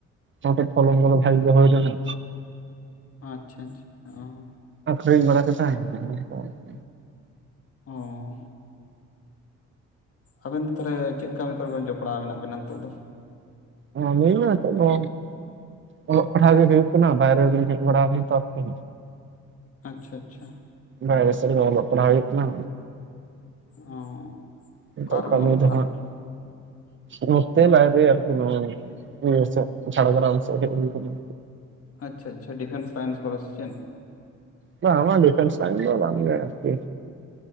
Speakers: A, on the right; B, on the left.
A: ᱱᱚᱰᱮ ᱯᱷᱚᱞᱚᱱ ᱵᱚᱞᱮ ᱵᱷᱟᱜ ᱜᱮ ᱦᱩᱭ ᱞᱮᱱᱟ
B: ᱟᱪᱪᱷᱟ, ᱟᱪᱪᱷᱟ, ᱚ
A: ᱟᱹᱠᱷᱨᱤᱧ ᱵᱟᱲᱟ ᱠᱟᱛᱮ <unintelligible>
B: ᱦᱚᱸ ᱟᱵᱮᱱ ᱫᱚ ᱛᱟᱞᱦᱮ ᱪᱮᱫ ᱠᱟᱹᱢᱤ ᱠᱚᱨᱮ ᱵᱮᱱ ᱡᱚᱯᱲᱟᱣ ᱢᱮᱱᱟᱜ ᱵᱤᱱᱟ ᱱᱤᱛᱚᱜ ᱫᱚ
A: ᱟᱹᱞᱤᱧ ᱦᱚᱸ ᱱᱤᱛᱚᱜ ᱫᱚ ᱚᱞᱚᱜ ᱯᱟᱲᱦᱟᱜ ᱜᱮ ᱦᱩᱭᱩᱜ ᱠᱟᱱᱟ ᱵᱟᱭᱨᱮ ᱜᱮ ᱞᱤᱧ ᱦᱮᱡ ᱵᱟᱲᱟ ᱛᱚ
B: ᱟᱪᱪᱷᱟ ᱟᱪᱪᱷᱟ
A: ᱵᱟᱭᱨᱮ ᱥᱮᱫ ᱨᱮ ᱚᱞᱚᱜ ᱯᱟᱲᱦᱟᱣ ᱦᱩᱭᱩᱜ ᱠᱟᱱᱟ
B: ᱚ
A: ᱱᱤᱛᱳᱜ
B: ᱚᱠᱟ ᱨᱮᱵᱮᱱ
A: ᱠᱟᱹᱢᱤ
B: ᱚᱞᱚᱜ
A: ᱫᱚ
B: ᱯᱟᱲᱦᱟᱜ
A: ᱦᱟᱸᱜ
B: ᱠᱟᱱᱟ
A: ᱱᱚᱛᱮ ᱞᱟᱭᱤᱯ ᱨᱮ ᱟᱨᱠᱤ ᱱᱚᱣᱟ ᱤᱭᱟᱹ ᱥᱮᱜ ᱡᱷᱟᱲᱜᱨᱟᱢ ᱥᱮᱜ ᱦᱮᱡ ᱦᱩᱭ ᱠᱟᱱᱟ
B: ᱟᱪᱷᱟ ᱟᱪᱪᱷᱟ ᱰᱤᱯᱷᱮᱱᱥ ᱞᱟᱭᱤᱱᱥ ᱠᱚᱨᱮ ᱥᱮ ᱪᱮᱫ
A: ᱵᱟᱝ ᱟᱢᱟᱜ ᱰᱤᱯᱷᱮᱱᱥ ᱞᱟᱭᱤᱱ ᱫᱚ ᱵᱟᱝ ᱜᱮ ᱟᱨᱠᱤ